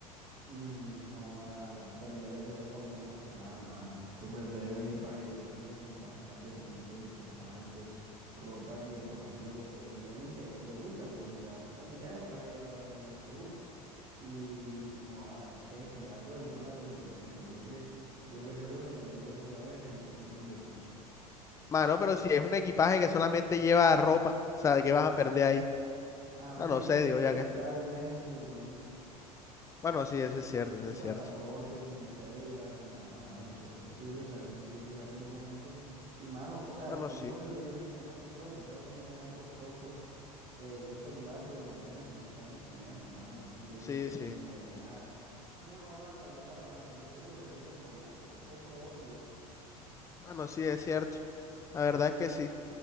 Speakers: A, on the right; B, on the left.
A: Mm, joa, perder el teléfono por una semana, mano. Es que perder el equipaje, yo creo que en el equipaje están documentos importantes, ropa que pues a uno le costó dinero y que a uno le gusta, porque si te vas por un viaje vas a llevar la ropa que más te gusta. Y, joa, no sé, en general por el tema de los documentos, yo creo que yo prefiero que se me pierda el celular que se me pierdan mis documentos.
B: Mano, pero si es un equipaje que solamente lleva ropa, o sea, ¿qué vas a perder ahí?
A: Ah, no,
B: Ah,
A: pero
B: no
A: es
B: sé,
A: que
B: digo yo
A: quién
B: acá.
A: se va de viaje sin documentos.
B: Bueno, sí, eso es cierto, eso
A: sin
B: es
A: pasaporte,
B: cierto.
A: sin cédula, sin nada, mano, eso es imposible, o sea, que uno tiene que llevar sus documentos. Y, mano, o sea,
B: Bueno,
A: no, no
B: sí,
A: por el hecho de que sea más costoso, porque sabes que sale más costoso eh, un celular que los documentos, pero esa vaina es tiempo, mano, uno tiene
B: sí,
A: que estar
B: sí.
A: yendo allá. No, no aguanta, la verdad no aguanta, prefiero que se me pierda el celular, yo compro otro y ya.
B: Bueno, sí, es cierto. La verdad es que sí.